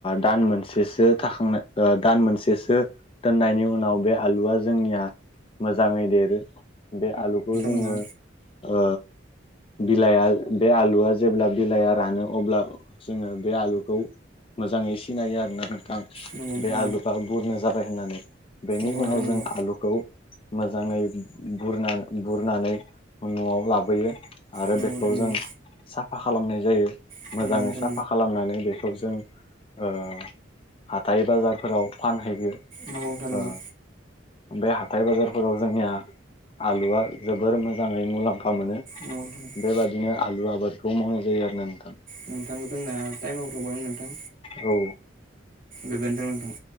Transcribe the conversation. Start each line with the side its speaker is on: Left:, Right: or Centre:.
Left: दान मोनसेसो थाखां ओ दान मोनसेसो दोननायनि उनाव बे आलु, आलुआ जोंनिया मोजाङै देरो बे आलुखौ जोङो
Right: नंगौ
Left: ओ, बिलाइआ बे आलुआ जेब्ला बिलाइआ रानो, अब्ला जोङो बे आलुखौ, मोजाङै सिनायो आरोना नोंथां
Right: नंगौ नंगौ नोंथां
Left: बे
Right: नंगौ
Left: आलुफ्रा बुरनो जाबाय होननानै, बेनि
Right: नंगौ नोंथां
Left: उनाव
Right: नंगौ
Left: जों आलुखौ, मोजाङै बुरना बुरनानै न'आव लाबोयो, आरो
Right: नंगौ नोंथां नंगौ
Left: बेखौ
Right: नोंथां नंगौ
Left: जों साफा खालामनाय जायो,
Right: नंगौ
Left: मोजाङै
Right: नोंथां नंगौ
Left: साफा खालामनानै बेखौ जों ओ, हाथाइ बाजारफोराव फानहैयो ओ,
Right: नंगौ नोंथां नंगौ
Left: बे हाथाय बाजारफोराव जोंनिया आलुआ जोबोर मोजाङै मुलाम्फा मोनो,
Right: नोंथां
Left: बेबादिनो आलु आबादखौ मावनाय जायो आरोना नोंथां,
Right: नोंथां जोंना टाइमाव थबां नोंथां,
Left: औ
Right: गोजोनथों नोंथां,